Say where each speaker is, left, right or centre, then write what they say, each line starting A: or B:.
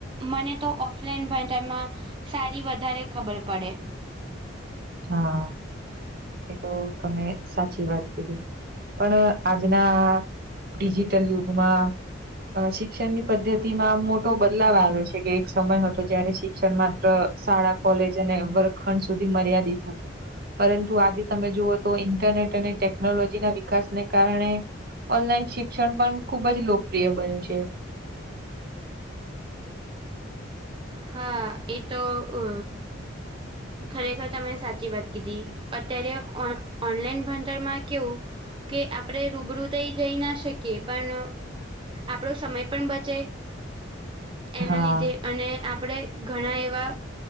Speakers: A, on the right; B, on the right.
A: મને તો ઓફલાઈન ભણતરમા સારી વધારે ખબર પડે.
B: હા એ તો તમે સાચી વાત કીધી. પણ આજના ડિજિટલ યુગમાં. અ શિક્ષણની પદ્ધતિ માં આમ મોટો બદલાવ આવ્યો છે કે એક સમય હતો જયારે શિ શિકણ માત્ર શાળા, કોલેજ અને વર્ગખંડ સુધી મર્યાદિત હતું. પરંતુ આજે તમે જુઓ તો ઇન્ટરનેટ અને ટેકનોલોજીના વિકાસને કારણે ઓનલાઈન શિક્ષણ પણ ખુબ જ લોકપ્રિય બન્યું છે.
A: હા એ તો અ ખરેખર તમે સાચી વાત કીધી. અત્યારે ઓન ઓનલાઈન ભણતરમાં કેવું. કે આપણે રૂબરૂ થઈ જઈ ના શકીએ પણ આપડો સમય પણ બચે એના
B: હા
A: લીધે અને આપ આપડે ઘણા એવા